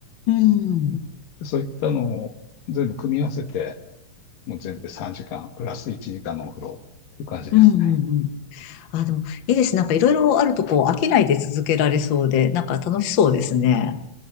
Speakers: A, on the left (about 50°); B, on the left (about 85°).
A: うん。
B: そういったのを全部組み合わせて、もう全部で3時間、プラス1時間のお風呂っていう感じですね。
A: うん。うん。あ、でも、いいです。なんかいろいろあるとこう、飽きないで続けられそうで、なんか楽しそうですね。